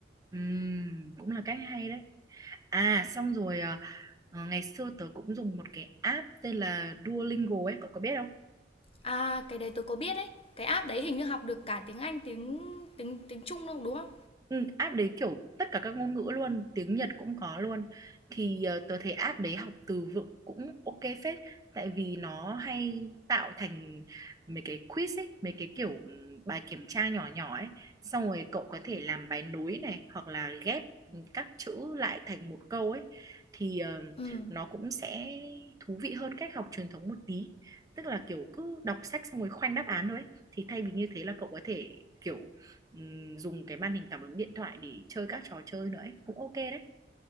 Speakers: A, on the right; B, on the left.
A: Ừm, cũng là cách hay đấy à xong rồi ờ, ờ, ngày xưa tớ cũng dùng một cái app tên là Duolingo ấy cậu có biết không
B: À, cái đấy tôi có biết đấy. Cái app đấy hình như học được cả tiếng Anh, tiếng tiếng tiếng Trung đâu đúng không?
A: Ừ, app đấy kiểu tất cả các ngôn ngữ luôn, tiếng Nhật cũng có luôn. Thì ờ, tớ thấy app đấy học từ vựng cũng ok phết tại vì nó hay tạo thành mấy cái quiz ấy, mấy cái kiểu ừ, bài kiểm tra nhỏ nhỏ ấy, xong rồi cậu có thể làm bài nối này hoặc là ghép các chữ lại thành một câu ấy thì ờ,
B: Ừ.
A: nó cũng sẽ thú vị hơn cách học truyền thống một tí. Tức là kiểu cứ đọc sách xong rồi khoanh đáp án thôi ấy. Thì thay vì như thế là cậu có thể kiểu ừm, dùng cái màn hình cảm ứng điện thoại để chơi các trò chơi nữa ấy. Cũng ok đấy.